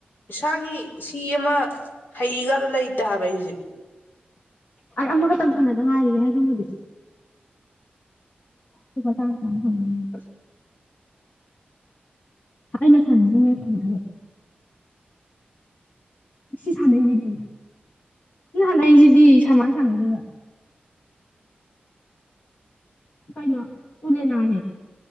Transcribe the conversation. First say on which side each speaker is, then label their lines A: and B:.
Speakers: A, on the left; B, on the left.
A: ꯏꯁꯥꯒꯤ ꯁꯤ ꯑꯃ ꯍꯩꯒ ꯂꯩꯇ ꯍꯥꯏꯕ ꯑꯩꯁꯦ
B: ꯑꯩ ꯑꯃꯈꯇꯪ ꯁꯅꯗ ꯉꯥꯏꯔꯤꯌꯦ ꯑꯗꯨꯕꯨꯗꯤ ꯂꯨꯄꯥ ꯆꯥꯝꯃ-ꯆꯥꯝꯃ ꯐꯪꯅꯤꯌꯦ ꯑꯩꯅ ꯁꯥꯟꯅꯔꯤꯉꯩ ꯐꯪꯗꯨꯢꯕ ꯁꯤ ꯁꯥꯟꯅꯩ ꯖꯤꯗꯤ ꯁꯤ ꯍꯥꯟꯁꯤꯖꯤꯗꯤ ꯁꯃꯥꯢ ꯁꯥꯟꯅꯗꯨꯢꯕ ꯀꯩꯅꯣ ꯎꯅꯦ ꯅꯅꯦ